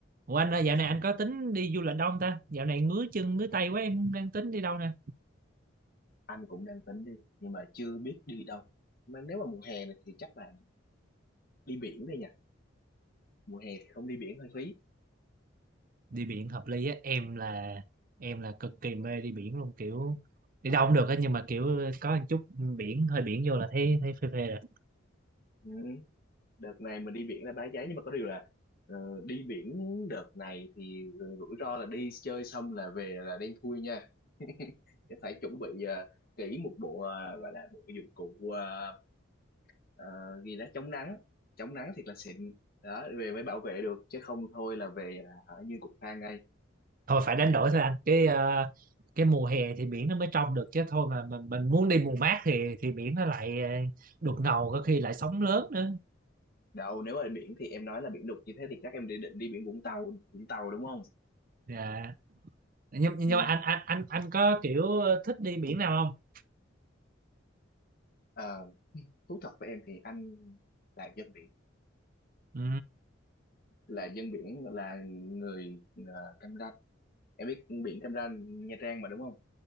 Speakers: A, on the right (about 45°); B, on the left (about 50°).
A: Ủa anh ơi, dạo này anh có tính đi du lịch đâu không ta? Dạo này ngứa chân ngứa tay quá em đang tính đi đâu nè?
B: anh cũng đang tính đi nhưng mà chưa biết đi đâu mà nếu mà mùa hè này thì chắc là đi biển đây nha mùa hè thì không đi biển hơi phí
A: Đi biển hợp lý á, em là em là cực kỳ mê đi biển luôn kiểu đi đâu cũng được á nhưng mà kiểu có một chút biển hơi biển vô là thấy thấy phê phê rồi.
B: ừ. đợt này mình đi biển là bãi cháy nhưng mà có điều là ờ, đi biển đợt này thì rủi ro là đi chơi xong là về là đen thui nha <laughs> phải chuẩn bị ờ, kỹ một bộ ờ, gọi là bộ dụng cụ ờ, ờ, gì đó chống nắng chống nắng thiệt là xịn đó về mới bảo vệ được chứ không thôi là về là ở như cục than ngay
A: Thôi phải đánh đổi thôi anh. Cái ờ, cái mùa hè thì biển nó mới trong được chứ thôi mà mình, mình muốn đi mùa mát thì thì biển nó lại ờ, đục ngầu có khi lại sóng lớn nữa.
B: đâu nếu mà biển thì em nói là biển đục như thế thì chắc em định định đi biển Vũng Tàu Vũng Tàu đúng không
A: Dạ. Nhưng nhưng
B: ừ.
A: mà anh anh anh anh có kiểu thích đi biển nào không?
B: à, thú thật với em thì anh là dân biển
A: Ừ.
B: là dân biển là người ờ, Cam Ranh em biết biển Cam Ranh Nha Trang mà đúng không